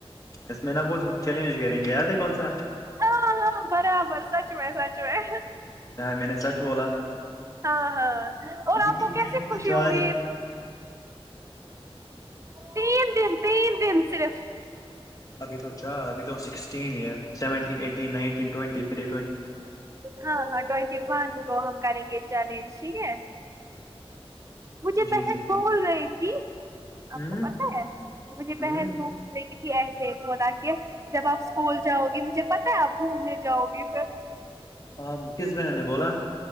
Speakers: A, on the left (about 35°); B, on the right (about 30°).
A: اس میں نا وہ سب چیلنج کریں گے یاد ہے کون سا
B: ہاں ہاں برابر سچ میں سچ میں
A: میں نے سچ بولا
B: ہاں ہاں اور
A: ابھی
B: آپ
A: کتنے
B: کو کیسے
A: ابھی تو
B: خوشی
A: چار
B: ہوئی
A: یہ
B: تینین دن تین دن صرف
A: ابھی تو چا ابھی تو سکس سیون ای
B: ہاں ہاں ٹوینٹی ون کو ہم کریں گے چیلنج ٹھیک ہے مجھے
A: جی
B: بحن
A: جی
B: بول رہی تھی
A: ہوں
B: آپ کو پت ہے مجھے
A: ہوں
B: بحن بول رہی تھی ایسے بھی ہولا کہ جب آپ اسکول جاؤ گی مجھے پتا ہے اب گھومنے جاؤ گی پھر
A: ہاں کس بہن نے بولا